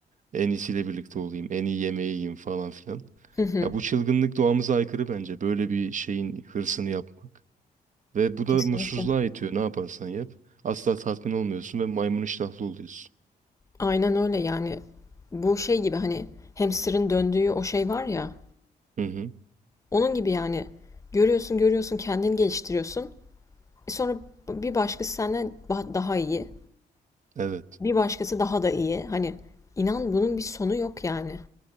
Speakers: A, on the right; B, on the left.
A: en iyisiyle birlikte olayım, en iyi yemeği yiyeyim falan filan.
B: Hı hı.
A: Ya bu çılgınlık doğamıza aykırı bence. Böyle bir şeyin hırsını yapmak. Ve bu da
B: Kesinlikle.
A: mutsuzluğa itiyor ne yaparsan yap. Asla tatmin olmuyorsun ve maymun iştahlı oluyorsun.
B: Aynen öyle yani. Bu şey gibi hani hamsterın döndüğü o şey var ya.
A: Hı hı.
B: Onun gibi yani. Görüyorsun görüyorsun kendini geliştiriyorsun. E sonra bir başkası senden ba- daha iyi.
A: Evet.
B: Bir başkası daha da iyi. Hani inan bunun bir sonu yok yani.